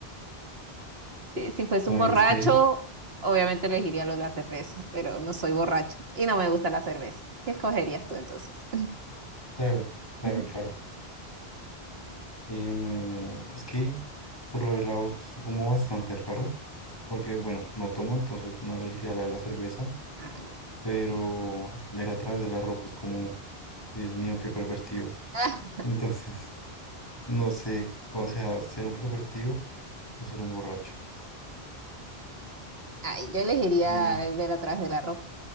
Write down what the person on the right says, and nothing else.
Si, si fuese
un
borracho,
obviamente elegiría lo de la cerveza, pero no soy borracho y no me gusta la cerveza. ¿Qué escogerías tú entonces?
<laughs>
Ah, ya.
<laughs>
Ay, yo elegiría
el ver a través de la ropa.